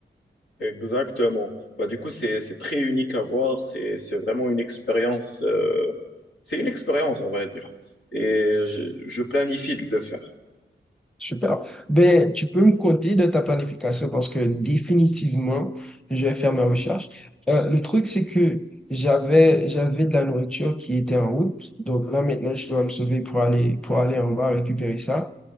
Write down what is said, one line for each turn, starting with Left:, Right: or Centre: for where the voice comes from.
Left: Exactement. Bah, du coup, c'est, c'est très unique à voir. C'est, c'est vraiment une expérience. euh, c'est une expérience, on va dire. Et je, je planifie de le faire.
Centre: Super. Ben, tu peux me compter de ta planification parce que définitivement, je vais faire ma recherche. Euh, le truc, c'est que j'avais, j'avais de la nourriture qui était en route. Donc là, maintenant, je dois me sauver pour aller, pour aller en bas récupérer ça.